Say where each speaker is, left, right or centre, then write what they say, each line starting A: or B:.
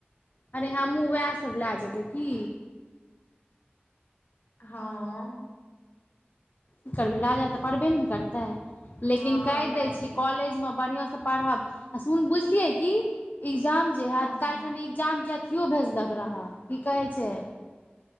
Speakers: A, on the left (about 45°); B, on the left (about 65°).
A: अरे हमहूँ वैह सभ लए जेबै की।
B: हँ।
A: की करबै लागऽ तऽ पड़बे ने करतै, लेकिन
B: हँ
A: कहि
B: लए
A: दै
B: जेतौ
A: छी कॉलेजमे बढ़िआँ से पढ़ब आ सुन बुझलियै कि एग्जाम जे
B: हँ
A: हैत कैल कनी जामके अथियो भेजलक रहऽ, की कहै छै